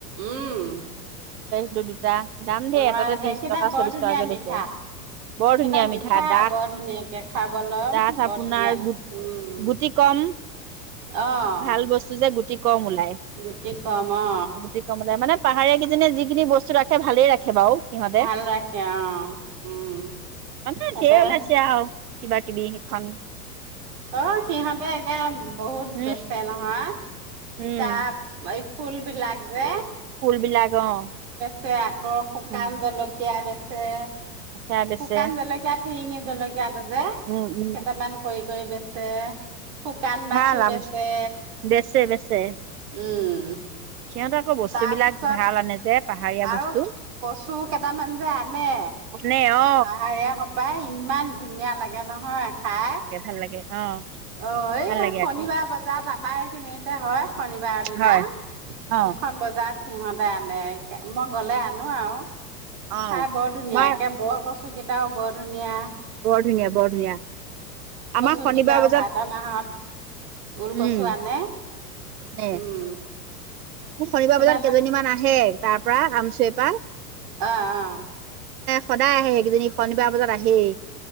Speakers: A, on the right; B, on the right.
A: উম।
B: <unintelligible> দাম দেই
A: অ'
B: এটাতে ত্ৰিশ
A: সেইকেইটা
B: টকা
A: বৰ
B: চল্লিশ
A: ধুনীয়া
B: টকাকে
A: মিঠা
B: লৈছে
A: সেইকেইটা
B: বৰ ধুনীয়া
A: মিঠা
B: ডাঠ
A: বৰ ধুনীয়াকে খাব লম
B: ডাঠ
A: বৰ
B: আপোনাৰ
A: ধুনীয়া
B: গু
A: উম,
B: গুটি কম
A: অ'।
B: ভাল বস্তু যে গুটি কম ওলাই
A: গুটি ক'ম অ'।
B: গুটি কমলা মানে পাহাৰীয়া কেইজনীয়ে যিখিনি বস্তু ৰাখে ভালেই ৰাখে বাৰু। সিহঁতে,
A: ভাল ৰাখে অ উম
B: মানে
A: তাতে
B: ঢেৰ ওলাইছে আৰু কিবা কিবি সেখন।
A: অ' সিহঁতে একে বহুত
B: উম
A: বেচে নহয় তিতা
B: উম
A: এই ফুল বিলাক যে।
B: ফুল বিলাক অ'।
A: ছে আ কৌ শুকান
B: উম
A: জলকীয়া বেছ যে
B: সেয়া বেচে
A: শুকান জলকীয়া ফিৰিঙি জলকীয়াটো যে
B: উম উম
A: কেইটামান কৰি। গৈ বেচে। শুকান মাছো
B: ভাল আম
A: বেচে
B: বেচে বেচে
A: উম
B: সিহঁতৰ আকৌ বস্তু
A: তাৰপিছত
B: বিলাক ভাল আনে যে পাহাৰীয়া
A: আৰু
B: বস্তু
A: কচু কেইটামান যে আনে
B: আনে অ
A: পাহৰীয়াসপা সপাই ইমান ধুনীয়া লাগে। তে নহয়। হা
B: ভাল লাগে অ
A: অ' এই
B: ভাল লাগে
A: শনিবাৰ
B: আকৌ
A: বজাত আমাৰ। সেনে এটা হয়। শনিবাৰৰ দিনা
B: হয় অ
A: সিখন বজাত। সিহঁতে আনে মই গলে আনো আৰু।
B: অ
A: খাই বৰ ধুনীয়া
B: আমাৰ
A: একে বৰ কষ্ট। চুকেইটাও বৰ ধুনীয়া।
B: বৰ ধুনীয়া বৰ ধুনীয়া আমাৰ
A: গতাও
B: শনিবাৰ বজাত
A: ভাত মাহত। ওল
B: উম
A: কচু আনে
B: নে
A: উম।
B: শনিবাৰ
A: তোমালোক
B: বজাত কেইজনীমান আহে তাৰ পৰা আমচুৱপ
A: অহ অহ <inaudible>
B: সদায় আহে সেইজনিনী শনিবাৰ বজাত আহেয়ে